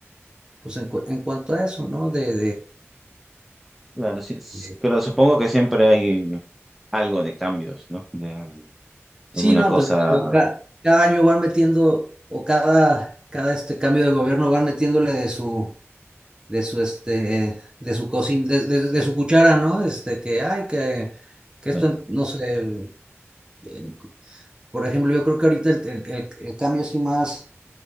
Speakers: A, on the right; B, in the centre.
A: pues en, cu- en cuanto a eso, ¿no? De,
B: Claro, sí, s-
A: de,
B: pero supongo que siempre hay algo de cambios, ¿no? De
A: Sí,
B: alguna
A: no,
B: cosa.
A: pues digo, ca- cada, año van metiendo, o cada, cada este cambio de gobierno van metiéndole de su, de su este, de su cocina, de, de- de su cuchara, ¿no? Este, que ay, que, que esto,
B: Claro,
A: no sé, eh, por ejemplo, yo creo que ahorita el, el- el- el cambio sí más,